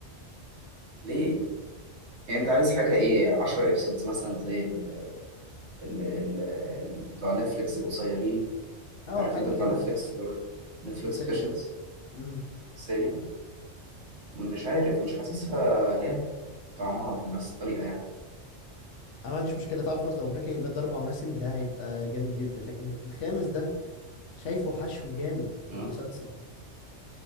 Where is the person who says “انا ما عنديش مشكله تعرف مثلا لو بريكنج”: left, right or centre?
Left